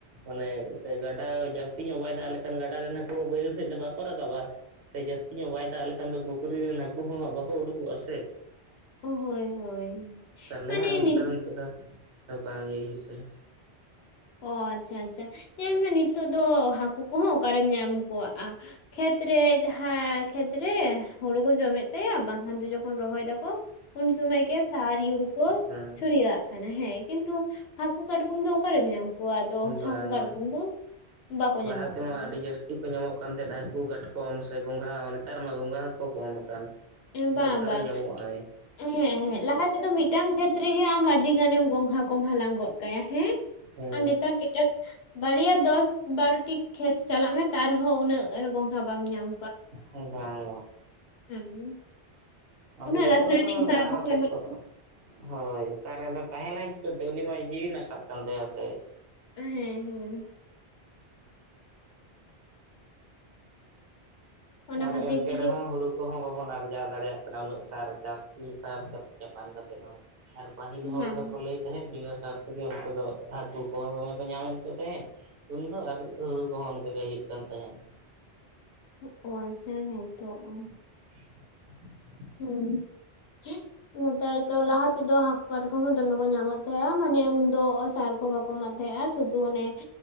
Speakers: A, on the right; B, on the left.
A: ᱢᱟᱱᱮ ᱥᱮ ᱜᱟᱰᱟ ᱡᱟᱹᱥᱛᱤ ᱧᱚᱜ ᱵᱟᱭ ᱫᱟᱜ ᱞᱮᱠᱷᱟᱱ ᱜᱟᱰᱟ ᱨᱮᱱ ᱦᱟᱹᱠᱩ ᱵᱟᱹᱭᱦᱟᱹᱲ ᱥᱮᱫ ᱫᱚ ᱵᱟᱠᱚ ᱨᱟᱠᱟᱵᱼᱟ ᱥᱮ ᱡᱟᱹᱥᱛᱤ ᱧᱚᱜ ᱵᱟᱭ ᱫᱟᱜ ᱞᱮᱠᱷᱟᱱ ᱫᱚ ᱯᱩᱠᱷᱨᱤ ᱨᱮᱱ ᱦᱟᱹᱠᱳ ᱦᱚᱸ ᱵᱟᱠᱚ ᱩᱰᱩᱠᱚᱜᱼᱟ ᱥᱮᱫ
B: ᱳᱦᱳ ᱦᱳᱭ ᱦᱳᱭ
A: ᱛᱟᱦᱚᱞᱮ
B: ᱢᱟᱱᱮ
A: ᱦᱟᱸᱜ ᱚᱱᱠᱟ
B: ᱱᱤᱛ
A: ᱫᱚ ᱱᱤᱛᱚᱜ ᱫᱚ ᱵᱟᱝ ᱤᱭᱟᱹ ᱦᱩᱭᱩᱜ ᱠᱟᱱᱟ
B: ᱚ ᱟᱪᱪᱷᱟ ᱟᱪᱪᱷᱟ ᱧᱮᱞ ᱢᱮ ᱱᱤᱛᱚᱜ ᱫᱚ ᱦᱟᱹᱠᱩ ᱠᱚᱦᱚᱸ ᱚᱠᱟᱨᱮᱢ ᱧᱟᱢ ᱠᱚᱣᱟᱜᱼᱟ ᱠᱷᱮᱛᱨᱮ ᱡᱟᱦᱟᱸ ᱠᱷᱮᱛᱨᱮ ᱦᱩᱲᱳ ᱠᱚ ᱡᱚᱢᱮᱫ ᱛᱟᱭᱟ ᱵᱟᱝᱠᱷᱟᱱ ᱫᱚ ᱡᱚᱠᱷᱚᱱ ᱨᱚᱦᱚᱭ ᱫᱟᱠᱚ ᱩᱱ‌ ᱥᱩᱢᱟᱹᱭ ᱜᱮ ᱥᱟᱨ ᱤᱭᱩᱨᱤ ᱠᱚ
A: ᱦᱮᱸ
B: ᱪᱷᱩᱲᱤᱭᱼᱟᱜ ᱠᱟᱱᱟ ᱦᱮᱸ ᱠᱤᱱᱛᱩ ᱦᱟᱹᱠᱩ ᱠᱟᱴᱠᱚᱢ ᱫᱚ ᱚᱠᱟᱨᱮᱢ ᱧᱟᱢ ᱠᱚᱣᱟ ᱟᱫᱚ ᱦᱟᱹᱠᱩ
A: ᱵᱟᱝ
B: ᱠᱟᱴᱠᱚᱢ
A: ᱵᱟᱝ
B: ᱫᱚ ᱵᱟᱠᱚ ᱧᱟᱢᱚᱜ
A: ᱞᱟᱦᱟ ᱛᱮᱢᱟ
B: ᱠᱟᱱᱟ
A: ᱟᱹᱰᱤ ᱡᱟᱹᱥᱛᱤ ᱠᱚ ᱧᱟᱢᱚᱜ ᱠᱟᱱ ᱛᱟᱦᱮᱸᱫ ᱦᱟᱹᱠᱩ ᱠᱟᱴᱠᱚᱢ ᱥᱮ ᱜᱚᱝᱜᱷᱟ ᱦᱚ ᱱᱮᱛᱟᱨ ᱢᱟ ᱜᱚᱸᱜᱷᱟ ᱦᱚᱸᱠᱚ ᱠᱚᱢ ᱟᱠᱟᱱ
B: ᱮ
A: ᱟᱫᱚ
B: ᱵᱟᱝ
A: ᱚᱠᱟᱨᱮ
B: ᱵᱟᱝ
A: ᱧᱟᱢᱚᱜᱼᱟᱭ
B: ᱦᱮᱸ ᱦᱮᱸ ᱞᱟᱦᱟ ᱛᱮᱫᱚ ᱢᱤᱫᱴᱟᱝ ᱠᱷᱮᱛᱨᱮᱜᱮ ᱟᱢ ᱟᱹᱰᱤ ᱜᱟᱱᱮᱢ ᱜᱚᱝᱜᱷᱟ ᱠᱚᱢ ᱦᱟᱞᱟᱝ ᱜᱚᱫ ᱠᱟᱭᱟ ᱦᱮᱸ
A: ᱦᱮᱸ
B: ᱟᱨ ᱱᱮᱛᱟᱨ <unintelligible> ᱵᱟᱨᱭᱟ ᱫᱚᱥ ᱵᱟᱨᱚᱴᱤ ᱠᱷᱮᱛ ᱪᱟᱞᱟᱜ ᱢᱮ ᱛᱟ ᱨᱮᱦᱚᱸ ᱩᱱᱟᱹᱜ ᱜᱚᱝᱜᱷᱟ ᱵᱟᱢ ᱧᱟᱢ
A: ᱵᱟᱝ ᱵᱟᱝ
B: <unintelligible>
A: ᱟᱫᱚ
B: ᱩᱱᱟᱹᱜ
A: ᱡᱷᱚᱛᱚ
B: ᱨᱟᱥᱟᱭᱱᱤᱠ
A: ᱛᱚ
B: ᱥᱟᱨ
A: ᱨᱟᱱ
B: ᱠᱚᱠᱚ
A: ᱟᱛᱮᱫ
B: ᱮᱢᱟᱜ
A: ᱠᱚ ᱦᱳᱭ ᱛᱟᱨᱮ ᱨᱮᱫᱚ ᱛᱟᱦᱮᱱᱟᱭ ᱪᱤᱠᱟᱹᱛᱮ ᱩᱱᱤ ᱢᱟ ᱡᱤᱣᱤ ᱱᱟᱥᱟᱜ ᱠᱟᱱ ᱛᱟᱭᱟ ᱥᱮ
B: ᱦᱮᱸ ᱦᱮᱸ ᱚᱱᱟ
A: ᱟᱨ
B: ᱠᱷᱟᱹᱛᱤᱨ
A: ᱮᱱᱛᱮ
B: ᱛᱮᱜᱮ
A: ᱨᱮᱦᱚᱸ ᱦᱩᱲᱩ ᱠᱚᱦᱚᱸ ᱵᱟᱵᱚᱱ ᱟᱨᱡᱟᱣ ᱫᱟᱲᱮᱭᱟᱜ ᱠᱟᱱᱟ ᱩᱱᱟᱹᱜ ᱥᱟᱨ ᱪᱟᱥ ᱥᱟᱨ ᱪᱟᱯᱟᱱ ᱠᱟᱛᱮ ᱦᱚᱸ ᱟᱨ ᱯᱟᱹᱦᱤᱞ ᱦᱚᱲ
B: ᱦᱮᱸ
A: ᱫᱚᱠᱚ ᱞᱟᱹᱭᱮᱫ ᱛᱟᱦᱮᱸᱫ ᱵᱤᱱᱟᱹ ᱥᱟᱨ ᱛᱮᱜᱮ ᱩᱱᱠᱩ ᱫᱚ ᱦᱟᱹᱠᱩ ᱠᱚᱦᱚᱸ ᱫᱚᱢᱮ ᱠᱚ ᱧᱟᱢᱮᱫ ᱠᱚ ᱛᱟᱦᱮᱸᱫ ᱩᱱᱫᱚ ᱟᱨ ᱦᱩᱲᱩ ᱠᱚᱦᱚᱸ ᱚᱱᱠᱟ ᱜᱮ ᱦᱩᱭᱩᱜ ᱠᱟᱱ ᱛᱟᱦᱮᱸᱫ
B: <unintelligible>
A: <inaudible>
B: <unintelligible> ᱦᱮᱸ ᱱᱮᱛᱟᱨ ᱫᱚ ᱞᱟᱦᱟ ᱛᱮᱫᱚ ᱦᱟᱹᱠᱩ ᱠᱟᱴᱠᱚᱢ ᱦᱚᱸ ᱫᱚᱢᱮ ᱠᱚ ᱧᱟᱢᱚᱜ ᱛᱟᱦᱮᱸᱜᱼᱟ ᱢᱟᱱᱮ ᱩᱱᱫᱚᱥᱟᱨ ᱠᱚ ᱵᱟᱠᱚ ᱠᱚ ᱢᱟ ᱛᱟᱦᱮᱸᱜᱼᱟ ᱥᱩᱫᱩ ᱚᱱᱮ